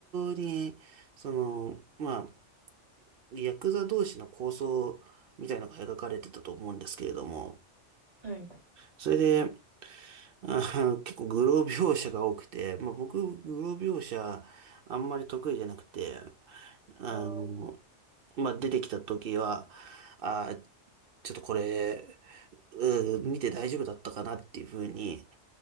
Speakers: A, on the right; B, on the right.
A: に、その、まあ、ヤクザ同士の抗争みたいのが描かれてたと思うんですけれども、
B: はい。
A: それで、あー、<laughs> 結構グロ描写が多くて、まあ僕、グロ描写あんまり得意じゃなくて、あの、
B: あー
A: まあ出てきた時は、あー、ちょっとこれ、うー見て大丈夫だったかなっていうふうに、